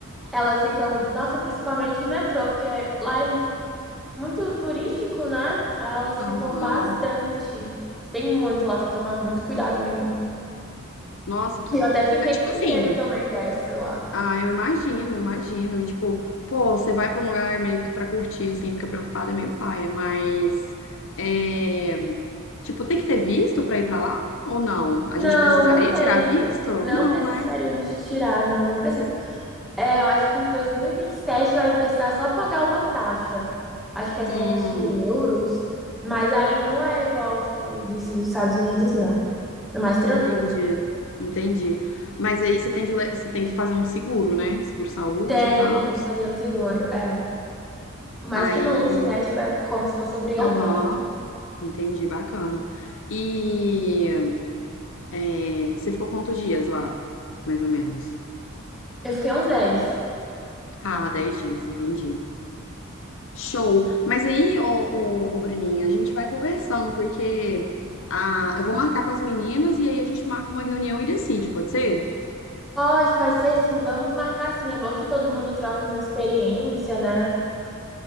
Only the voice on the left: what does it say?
Aham.
Nossa, que.
É tipo
assim,
ah, eu imagino, eu imagino. E tipo, pô, você vai pra um lugar meio que pra curtir, assim, fica preocupada, é meio paia, mas. É... Tipo, tem que ter visto pra ir pra lá? Ou não? A
gente precisaria
tirar visto?
Não,
né?
Hum,
entendi, entendi. Mas aí você tem que, le- você tem que fazer um seguro, né? Seguro saúde
e tal.
Aí
Aham, entendi, bacana. E é, você ficou quantos dias lá, mais ou menos?
Ah, 10 dias, entendi. Show. Mas aí, ô, ô, ô, Bruninha, a gente vai conversando, porque ah, eu vou marcar com as meninas e aí a gente marca uma reunião e decide, pode ser?